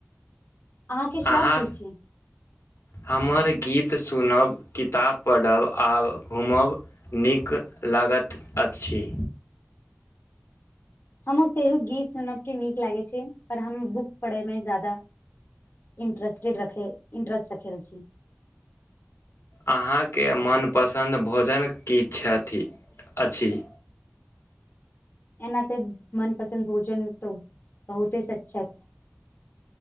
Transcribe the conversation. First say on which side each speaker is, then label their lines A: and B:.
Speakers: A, on the left; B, on the left.
A: अहाँके शौक
B: अहाँ
A: की छी
B: हमर गीत सुनब किताब पढ़ब आ घूमब नीक लागत अछि
A: हमहुँ सेहो गीत सुनब के नीक लागे छै पर हम बुक पढ़ेमे जादा इंटरेस्टेड रखे इंटरेस्ट रखै र छी
B: अहाँके मनपसन्द भोजन की छथि अछि
A: एना तऽ मनपसन्द भोजन तऽ बहुते सचछक